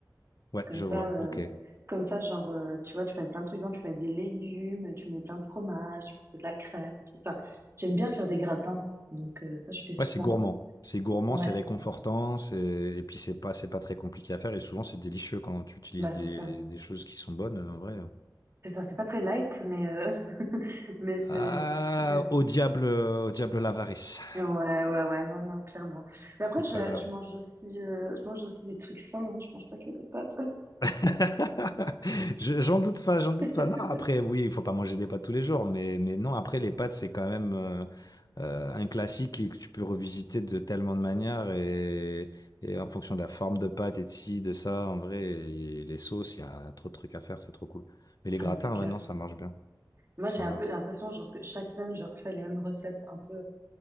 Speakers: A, on the left (about 55°); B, on the right (about 35°).
A: Ouais,
B: Comme
A: je
B: ça,
A: vois,
B: euh,
A: ok.
B: comme ça, genre, euh, tu vois, tu mets plein de trucs dedans, tu mets des légumes, tu mets plein de fromage, tu mets un peu de la crème, des trucs. Enfin, j'aime bien faire des gratins, donc euh, ça, je fais souvent.
A: Ouais, c'est gourmand. C'est gourmand,
B: Ouais,
A: c'est réconfortant, c'est... et puis c'est pas, c'est pas très compliqué à faire, et souvent c'est délicieux quand tu utilises
B: bah
A: des,
B: c'est ça.
A: des choses qui sont bonnes, euh, en vrai.
B: C'est ça, c'est pas très light, mais, euh, <laughs> mais c'est
A: Ah,
B: c'est super.
A: au diable, euh, au diable l'avarice.
B: Ouais, ouais, ouais, non, non, clairement. Mais après,
A: C'est
B: je,
A: pas grave.
B: je mange aussi, euh, je mange aussi des trucs sains, hein, je mange pas que des pâtes.
A: <laughs> Je- J'en doute pas, j'en doute
B: <laughs>
A: pas. Non, après, oui, il faut pas manger des pâtes tous les jours, mais, mais non, après, les pâtes, c'est quand même euh, euh, un classique que tu peux revisiter de tellement de manières et, et en fonction de la forme de pâte et de ci, de ça, en vrai, et les sauces, il y a trop de trucs à faire, c'est trop cool. Mais les
B: Ah,
A: gratins,
B: mais c'est clair.
A: ouais, non, ça marche bien.
B: Moi,
A: Ça
B: j'ai un
A: marche.
B: peu l'impression, genre, que chaque semaine, je refais les mêmes recettes, un peu.